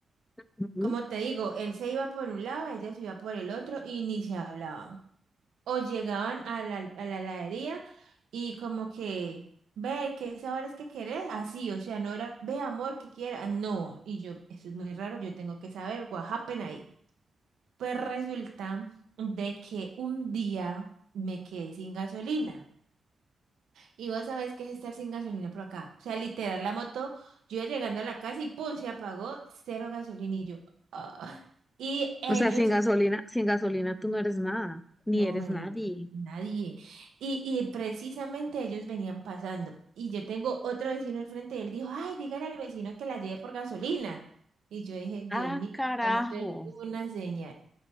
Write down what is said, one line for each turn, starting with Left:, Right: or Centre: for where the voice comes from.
Left: Ujú.
Right: como te digo, él se iba por un lado, ella se iba por el otro y ni se hablaban. O llegaban a la, a la heladería y como que, ve, ¿qué sabores que querés? Así, o sea, no era, ve, amor, que quiera. No, y yo, eso es muy raro, yo tengo que saber, what happened ahí. Pues resulta de que un día me quedé sin gasolina. Y vos sabés qué es estar sin gasolina por acá. O sea, literal, la moto, yo iba llegando a la casa y ¡pum! se apagó, cero gasolina y yo. ah. Y ellos
Left: O sea, sin gasolina, sin gasolina tú no eres nada, ni
Right: No,
Left: eres
Right: Marense,
Left: nadie.
Right: nadie. Y, y precisamente ellos venían pasando. Y yo tengo otro vecino al frente y él dijo, ay, dígale al vecino que la lleve por gasolina. Y yo dije, Dios
Left: Ah,
Right: mío,
Left: carajo.
Right: esto es una señal.